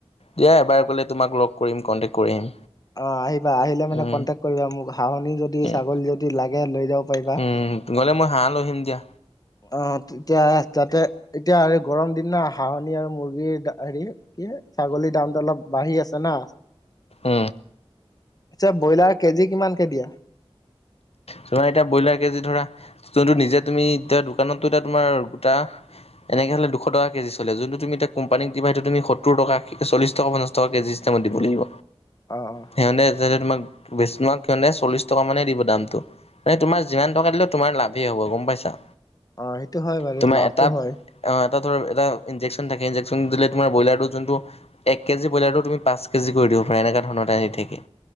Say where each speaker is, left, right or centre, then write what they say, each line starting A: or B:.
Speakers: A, on the left; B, on the left.
A: দিয়া এবাৰ গ'লে তোমাক লগ কৰিম কণ্টেক্ট কৰি আহিম
B: অ আহিবা আহিলে মানে
A: উম,
B: কনটেক্ট কৰিবা মোক হাহনি যদি
A: উম,
B: ছাগলী যদি লাগে লৈ যাব পাৰিবা
A: উম, গ'লে মই হাঁ লোহিম দিয়া
B: আহ তেতিয়া তাতে এতিয়া আৰু গৰম দিনা হাঁহনি আৰু মুৰ্গীৰ হেৰি কি ছাগলীৰ দামটোো অলপ বাঢ়ি আছে না
A: উ
B: আচ্ছা ব্ৰইলাৰ কেজি কিমানকে দিয়া
A: তোমাৰ এতিয়া ব্ৰইলাৰ কেজি ধৰা যোনটো নিজে তুমি এতিয়া দোকানতো এতি তোমাৰ গোটা এনেকৈ'লে দুশ টকা কেজি চলে যোনটো তুমিয়া কোম্পানীকটিভাইটো
B: অ',
A: তুমি সত্তৰ টকা চল্লি কা পঞ্চছ টকা কেজি হিষ্টাপমত দিবাগিব
B: অ অ
A: সিহঁতে য তোমাক বেছ তোমাক সিহঁতে চল্লিছ টকানেই দিব দামটো মানে তোমাৰ যিমান টকা দিলে তোমাৰ লাভেই হ'ব গম পাইছা।
B: অ সেইটো হয় বাৰু
A: তোমাৰ
B: লাভটো
A: এটা
B: হয়।
A: অ এটা ধৰ এটা ইনজেকশ্যন থাকে ইনজেকশন দিলে তোমাৰ ব্ৰলাৰটো যোনটো এক কেজি ব্ৰইলাৰটো তুমি পাঁচ কেজি কৰি দিবা পৰা এনেকুৱা ধৰণৰ এটা আহ দি থাকে